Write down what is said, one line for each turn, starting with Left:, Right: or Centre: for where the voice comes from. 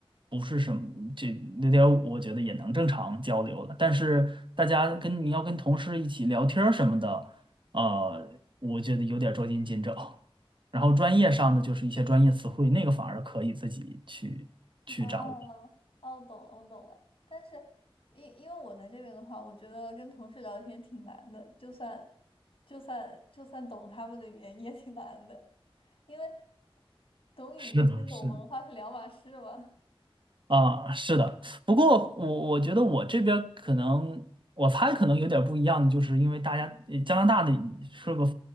Right: 不是什么，这那点五，我觉得也能正常交流了。但是大家跟你要跟同事一起聊天儿什么的，呃，我觉得有点捉襟见肘。然后专业上的就是一些专业词汇，那个反而可以自己去去掌握。
Left: 啊，哦，我懂了，我懂了。但是因因为我在这边的话，我觉得跟同事聊天挺难的，就算就算就算懂他们的语言也挺难的，因为懂语言跟懂文化是两码事嘛。
Right: 是的，是的。啊，是的，不过我我觉得我这边儿可能，我猜可能有点儿不一样的，就是因为大家呃加拿大的是个